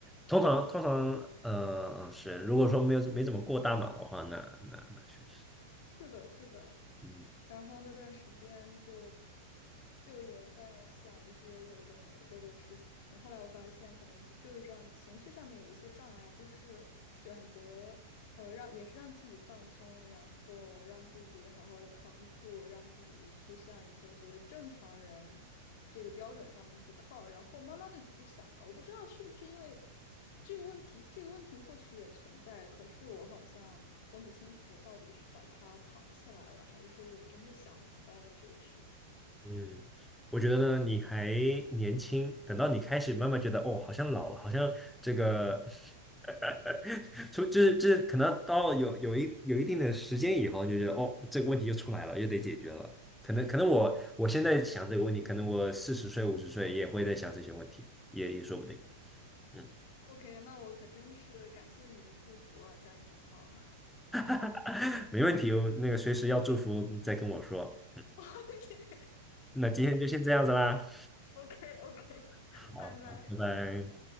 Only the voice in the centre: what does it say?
通常，通常，呃，呃是，如果说没有没怎么过大脑的话，那那那确实，
嗯
嗯，我觉得呢，你还年轻，等到你开始慢慢觉得，哦，好像老了，好像这个 <laughs> 哈就是就是可能到有有一有一定的时间以后，你就觉得哦，这个问题就出来了，又得解决了。可能可能我我现在想这个问题，可能我四十岁五十岁也会在想这些问题，也也说不定。嗯，
<laughs> 没问题，我那个随时要祝福再跟我说。
那今天就先这样子啦，
好，
好拜拜。